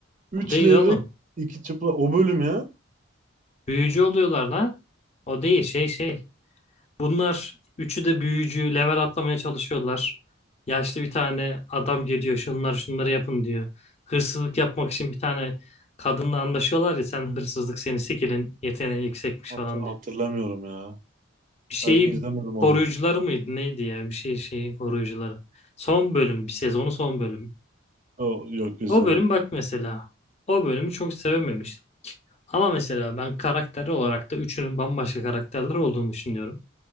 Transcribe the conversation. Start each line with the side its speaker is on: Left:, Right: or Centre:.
Right: üç
Left: O değil
Right: levrek
Left: oğlum.
Right: iki çupra o bölüm ya.
Left: Büyücü oluyorlar lan. O değil şey şey. Bunlar üçü de büyücü level atlamaya çalışıyorlar. Yaşlı bir tane adam geliyor. Şunlar şunları yapın diyor. Hırsızlık yapmak için bir tane kadınla anlaşıyorlar ya sen hırsızlık seni sikilin yeteneği yüksekmiş
Right: Hat-
Left: falan
Right: hatırlamıyorum
Left: diye.
Right: ya.
Left: bir şeyi
Right: Belki izlemedim
Left: koruyucuları
Right: olabilir.
Left: mıydı neydi ya bir şey şeyi koruyucuları. Son bölüm bir sezonu son bölüm.
Right: O, yok izlemedim.
Left: O bölüm bak mesela o bölümü çok sevememiştim. Ama mesela ben karakter olarak da üçünün bambaşka karakterler olduğunu düşünüyorum.